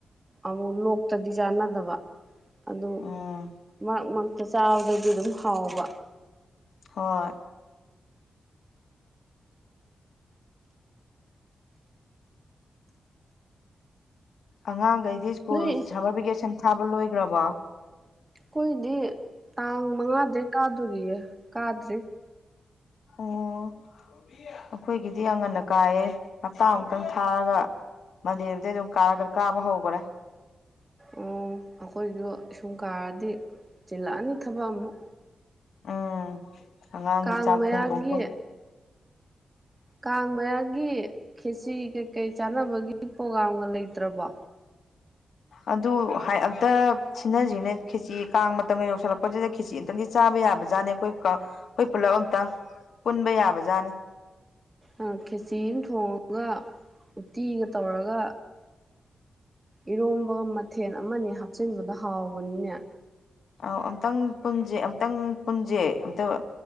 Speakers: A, on the right; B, on the left.
A: ꯑꯃꯨꯛ ꯂꯣꯛꯇꯗꯤ ꯆꯥꯅꯗꯕ ꯑꯗꯨ
B: ꯎꯝ
A: ꯃꯔꯛ ꯃꯔꯛꯇ ꯆꯥꯕꯗꯗꯤ ꯑꯗꯨꯝ ꯍꯥꯎꯕ
B: ꯍꯣꯏ ꯑꯉꯥꯡꯒꯩꯗꯤ ꯁ꯭ꯀꯨꯜ
A: ꯅꯣꯏ
B: ꯁꯝꯃꯔ ꯚꯦꯀꯦꯁꯟ ꯁꯥꯕ ꯂꯣꯏꯒ꯭ꯔꯕꯣ
A: ꯑꯩꯈꯣꯏꯗꯤ ꯇꯥꯡ ꯃꯉꯥꯗꯩ ꯀꯥꯗꯣꯔꯤꯌꯦ ꯀꯥꯗ꯭ꯔꯤ
B: ꯑꯣ ꯑꯩꯈꯣꯏꯒꯤꯗꯤ ꯌꯥꯝ ꯉꯟꯅ ꯀꯥꯏꯌꯦ ꯍꯞꯇꯥꯃꯨꯛꯇꯪ ꯊꯥꯔꯒ ꯃꯟꯗꯦ ꯅꯨꯃꯤꯇꯩ ꯑꯗꯨꯝ ꯀꯔ ꯀꯥꯕ ꯍꯧꯒ꯭ꯔꯦ
A: ꯑꯣ ꯑꯩꯈꯣꯏꯖꯨ ꯏꯁꯨꯝ ꯀꯥꯔꯗꯤ ꯆꯤꯜꯂꯛꯑꯅꯤ ꯊꯕꯛ ꯑꯃꯨꯛ
B: ꯎꯝ ꯑꯉꯥꯡꯒꯤ
A: ꯀꯥꯡ
B: ꯆꯥꯛ
A: ꯃꯌꯥꯒꯤ
B: ꯊꯣꯡꯊꯣꯛꯄ
A: ꯀꯥꯡ ꯃꯌꯥꯒꯤ ꯈꯦꯆ꯭ꯔꯤ ꯀꯩ ꯀꯩ ꯆꯥꯅꯕꯒꯤ ꯄ꯭ꯔꯣꯒꯥꯝꯒ ꯂꯩꯇ꯭ꯔꯕꯣ
B: ꯑꯗꯨ ꯍꯥꯏ ꯑꯝꯇ ꯁꯤꯟꯅꯁꯤꯅꯦ ꯈꯦꯆꯤ ꯀꯥꯡ ꯃꯇꯝꯒ ꯌꯧꯁꯤꯜꯂꯛꯄꯁꯤꯗ ꯈꯦꯆꯤ ꯑꯃꯇꯪꯗꯤ ꯆꯥꯕ ꯌꯥꯕꯖꯥꯠꯅꯦ ꯑꯩꯈꯣꯏ ꯑꯩꯈꯣꯏ ꯄꯨꯜꯂꯞ ꯑꯝꯇꯪ ꯄꯨꯟꯕ ꯌꯥꯕ ꯖꯥꯠꯅꯤ
A: ꯑꯪ ꯈꯦꯆꯤ ꯑꯃ ꯊꯣꯡꯉꯒ ꯎꯇꯤꯒ ꯇꯧꯔꯒ ꯏꯔꯣꯝꯕꯒ ꯃꯊꯦꯟ ꯑꯃꯅꯤ ꯍꯥꯞꯆꯤꯟꯕꯗꯣ ꯍꯥꯎꯕꯅꯤꯅꯦ
B: ꯑꯧ ꯑꯝꯇꯪ ꯄꯨꯟꯁꯦ ꯑꯝꯛꯇꯪ ꯄꯨꯟꯁꯦ ꯑꯝꯇ